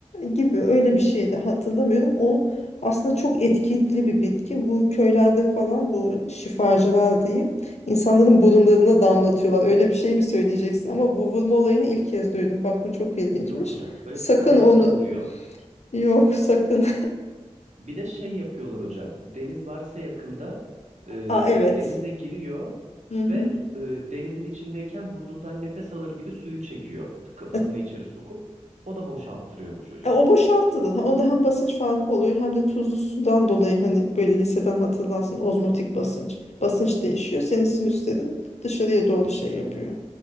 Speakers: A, on the left; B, on the right.
A: gibi öyle bir şeydi hatırlamıyorum. O aslında çok etkili bir bitki. Bu köylerde falan bu şifacılar diyeyim insanların burunlarına damlatıyorlar. Öyle bir şey mi söyleyeceksin? Ama bu vurma olayını ilk kez duydum. Bak bu çok ilginçmiş.
B: Yok hocam. Böyle
A: Sakın
B: bir kalasla
A: onu
B: vuruyor.
A: yok sakın.
B: Bir de şey yapıyorlar hocam. Deniz varsa yakında
A: <laughs>
B: e,
A: Aa evet.
B: denize giriyor
A: Hı
B: ve
A: hı.
B: e, denizin içindeyken burnundan nefes alır gibi suyu çekiyor. Kafasını
A: E,
B: içeri sokup o da boşalttırıyormuş hocam.
A: e, o boşaltılır. Ha, O da hem basınç farkı oluyor hem de tuzlu sudan dolayı hani böyle liseden hatırlarsın ozmotik basınç. Basınç değişiyor. Senin sinüslerin dışarıya doğru şey
B: Tamam.
A: yapıyor.